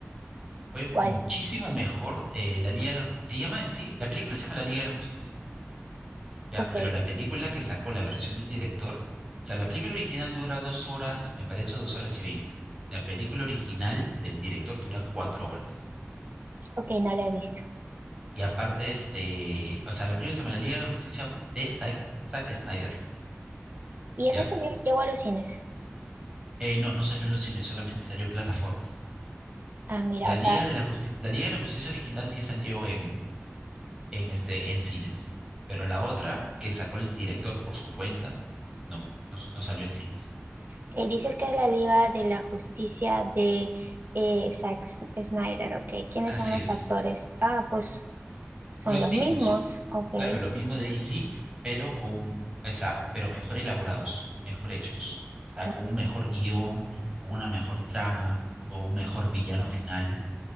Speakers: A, on the right; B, on the right.
A: Fue muchísimo
B: ¿Cuál?
A: mejor. eh, la Liga, se llama en sí, la película se llama La Liga de la Justicia. Ya,
B: Ok,
A: pero la película que sacó la versión del director, o sea, la película original dura dos horas, me parece dos horas y veinte. La película original del director dura cuatro horas.
B: ok, no la he visto.
A: Y aparte, este, o sea, la película se llama La Liga de Justicia de Zack, Zack Snyder,
B: ¿Y eso
A: ¿ya?
B: salió, llegó a los cines?
A: Eh, no, no salió en los cines, solamente salió en plataformas.
B: Ah, mira,
A: La
B: o
A: Liga
B: sea,
A: de la Justi- la Liga de la Justicia original sí salió en, en este, en cines, pero la otra que sacó el director por su cuenta, no, no, no salió en cines.
B: que dices que es la Liga de la Justicia de eh, Zack S- Snyder, ok. ¿Quiénes
A: Así
B: son los
A: es.
B: actores? Ah, pues son
A: Los
B: los
A: mismos.
B: mismos, ok,
A: Claro, lo mismo de DC, pero con, o sea, pero mejor elaborados, mejor hechos. O sea,
B: ok.
A: con un mejor guión, con una mejor trama, con un mejor villano final.